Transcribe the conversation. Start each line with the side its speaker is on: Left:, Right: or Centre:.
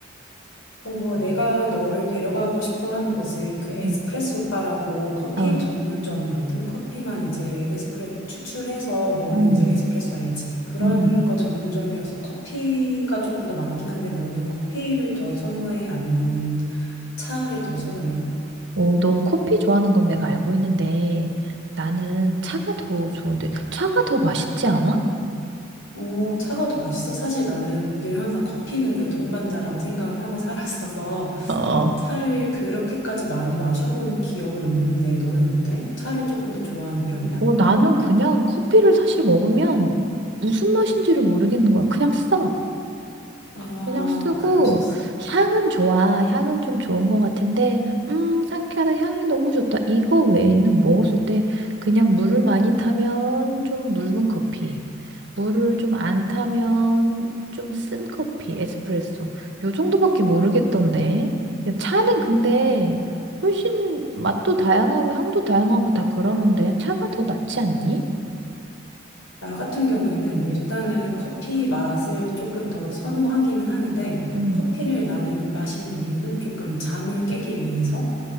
Left: 어, 내가 너를 데려가고 싶어 하는 곳은 그 에스프레소
Right: 응.
Left: 바라고 커피
Right: 어.
Left: 전문점이거든. 커피만 이제 에스프레 추출해서 먹는
Right: 음,
Left: 이제 에스프레소 알지? 그런
Right: 음.
Left: 거 전문점이어서 커피가 조금 더 많긴 한데 너는 커피를 더 선호해? 아니면은 차를 더 선호해?
Right: 어, 넌 커피 좋아하는 건 내가 알고 있는데 나는 차가 더 좋은데 차가 더 맛있지 않아?
Left: 어, 차가 더 맛있어? 사실 나는 늘 항상 커피는 내 동반자라고 생각을 하고 살았어서
Right: 어, 어.
Left: 차를 그렇게까지 많이 마셔본 기억은 없는데 너는 어때? 차를 조금 더 좋아하는 편이야?
Right: 어, 나는 그냥 커피를 사실 먹으면 무슨 맛인지를 모르겠는 거야. 그냥 써.
Left: 아,
Right: 그냥 쓰고
Left: 그럴 수 있어.
Right: 향은 좋아. 향은 좀 좋은 것 같은데 음 상쾌하다. 향이 너무 좋다. 이거 외에는 먹었을 때 그냥 물을 많이 타면 좀 묽은 커피. 물을 좀 안 타면 좀 쓴 커피, 에스프레소. 요 정도밖에 모르겠던데. 야, 차는
Left: 어.
Right: 근데 훨씬 맛도 다양하고 향도 다양하고 다 그러는데 차가 더 낫지 않니?
Left: 나 같은 경우에는 일단은 커피 맛을 조금 더 선호하기는 하는데
Right: 음.
Left: 커피를 나는 이- 마시는 이유는 조금 잠을 깨기 위해서.